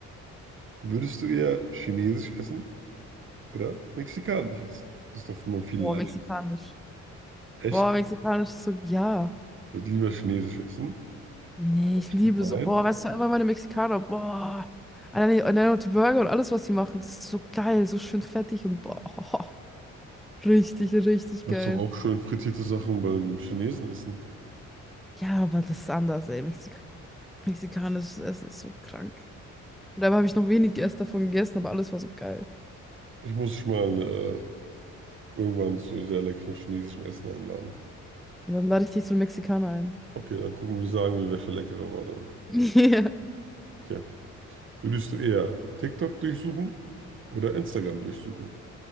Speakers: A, on the right; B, in the centre.
A: Würdest du eher Chinesisch essen? Oder mexikanisch essen. Das ist doch immer viel
B: Boah,
A: leicht.
B: mexikanisch.
A: Echt?
B: Boah, mexikanisch ist so, ja.
A: Ich würde lieber chinesisch essen.
B: Nee,
A: Aber
B: ich
A: ich
B: liebe
A: tippe mal
B: so, boah,
A: ein.
B: weißt du, einfach meine Mexikaner, boah. Allein, allein auch die Burger und alles, was sie machen, das ist so geil, so schön fettig und boah, <laughs> richtig, richtig
A: Das
B: geil.
A: doch auch schön frittierte Sachen beim Chinesen essen.
B: Ja, aber das ist anders, ey. Mexika Mexikanisches Essen ist so krank. Und dabei habe ich noch wenig erst davon gegessen, aber alles war so geil.
A: Ich muss dich mal äh, irgendwann zu sehr leckerem chinesischen Essen einladen.
B: Und dann lade ich dich zu einem Mexikaner ein.
A: Okay, dann gucken wir, sagen wir, welcher leckerer war dann.
B: <laughs> Ja.
A: Okay. Würdest du eher TikTok durchsuchen oder Instagram durchsuchen?